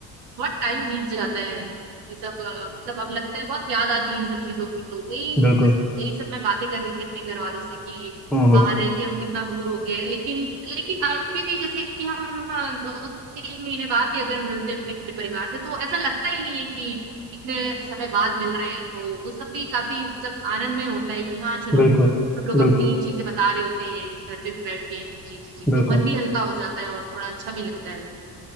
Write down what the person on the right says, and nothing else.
बहुत टाइम बीत जाता है ये सब अ, मतलब अब लगता है बहुत याद आती है इन सब चीजों की तो वही
बस वही सब मैं बातें कर रही थी अपने घर वालों से कि
बाहर
रह के हम कितना दूर हो गए हैं लेकिन लेकिन अभी भी जैसे कि हम अ, दो तीन महीने बाद ही अगर मिलते हैं अपने घर परिवार से तो ऐसा लगता ही नहीं है कि इतने समय बाद मिल रहे हैं तो वो सब भी काफी मतलब आनंद में होता है कि हाँ चलो
सब लोग
अपनी चीजें बता रहे होते हैं घर पे बैठ के जी जी जी
तो मन भी हल्का हो जाता है और थोड़ा अच्छा भी लगता है